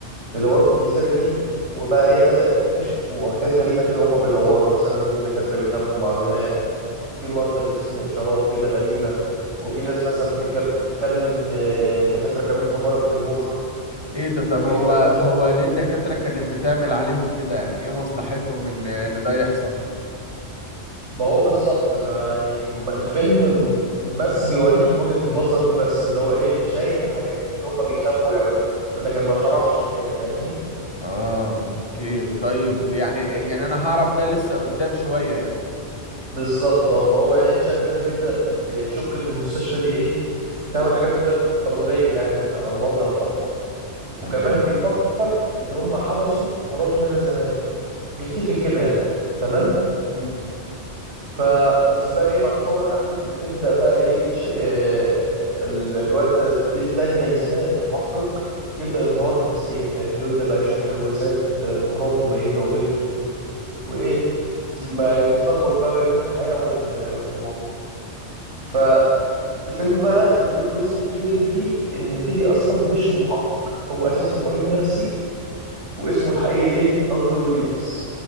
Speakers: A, on the right; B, on the left.
A: بيدوروا في الجزيرة دي وبقى إيه بدأوا يكتشفوا حاجات غريبة كده هما بيدوروا مثلا الدكاترة بيخبوا معلومات في مرضى بيرسموا إشارات كده غريبة وفي ناس مثلا بتتج- بتتكلم إن الدكاترة بيعملوا تجارب في المخ
B: ايه ده طب
A: فبيبدأ
B: هو هو ليه الدكاترة كانت بتعمل عليهم كده يعني ايه مصلحتهم ان ان ده يحصل
A: ما هو بالظبط ما يعني ما- الفيلم م- بس بيوريك وجهة النظر دي بس ان هو ايه شايف الحاجات دي ان هم بيخبوا ويعملوا لكن ما شرحش زيادة فاهمني
B: اه اوكي طيب يعني يعني انا هعرف ده لسه قدام شوية يعني
A: بالظبط اه فهو ايه تشاك ده
B: مم.
A: بيبدأ يشك ان المستشفى دي ايه بتعمل حاجات غير قانونية يعني على المرضى بتوعها
B: تمام
A: وكمان بيفكر ان هم حبسوا مراته هنا زمان بيفتكر كده يعني تمام
B: مم. مم.
A: فبس بقى ايه مع تطور الاحداث بتبدا بقى ايه تش... آه، ال- الواد ده تيدي دانييلز ده المحقق يبدا ينهار نفسيا فاهمني ويبدا بقى يشوف هلوسات آه، لمراته الميته وبنته وايه
B: مم.
A: ما بتلخبط بقى ما بين الحقيقه وال... آه، والواقع فالفيلم بقى البلوت تويست الكبير اللي فيه ان تيدي اصلا مش محقق هو اساسا مريض نفسي واسمه الحقيقي ايه اندرو ليدس